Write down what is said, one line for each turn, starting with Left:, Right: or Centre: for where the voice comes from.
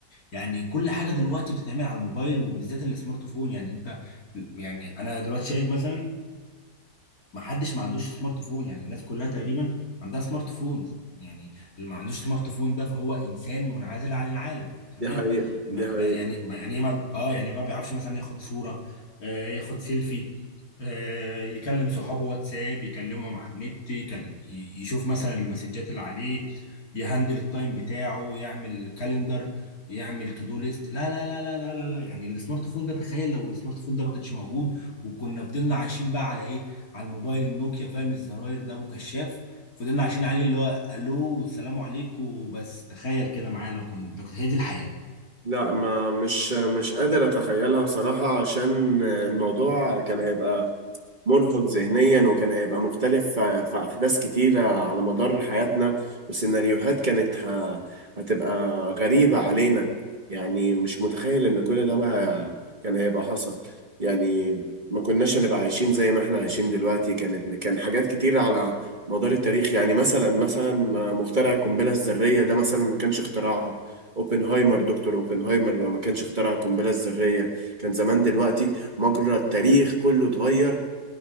Left: يعني كل حاجه دلوقتي بتتعمل على الموبايل وبالذات السمارت فون يعني انت يعني انا دلوقتي شايف مثلا ما حدش ما عندوش سمارت فون يعني الناس كلها تقريبا عندها سمارت فونز يعني اللي ما عندوش سمارت فون ده فهو انسان منعزل عن العالم تماما
Right: دي حقيقة دي
Left: ما
Right: حقيقة
Left: ما- يعني ما يعني إيه ما اه يعني ما بيعرفش مثلا ياخد صورة آه ياخد سيلفي آه يكلم صحابه واتساب يكلمهم على النت يكل- ي- يشوف مثلا المسجات اللي عليه يهندل التايم بتاعه يعمل كالندر يعمل تو دو ليست لا لا لا لا لا لا لا يعني السمارت فون ده تخيل لو السمارت فون ده ما كانش موجود وكنا فضلنا عايشين بقى على ايه على الموبايل النوكيا فاهم الزراير ده ابو كشاف فضلنا عايشين عليه اللي هو الو والسلام عليكم بس تخيل كده معايا لو كنت لو كنت هي دي الحياة
Right: لا ما مش مش قادر أتخيلها بصراحة عشان الموضوع كان هيبقى مرهق ذهنيا وكان هيبقى مختلف في في أحداث كتيرة على مدار حياتنا وسيناريوهات كانت ه- هتبقى غريبة علينا يعني مش متخيل إن كل ده ما كان هيبقى حصل يعني ما كناش هنبقى عايشين زي ما احنا عايشين دلوقتي كانت كان حاجات كتيرة على مدار التاريخ يعني مثلا مثلا مخترع القنبلة الذرية ده مثلا ما كانش اختراعها اوبنهايمر دكتور اوبنهايمر لو ما كانش اخترع القنبلة الذرية كان زمان دلوقتي مجرى التاريخ كله اتغير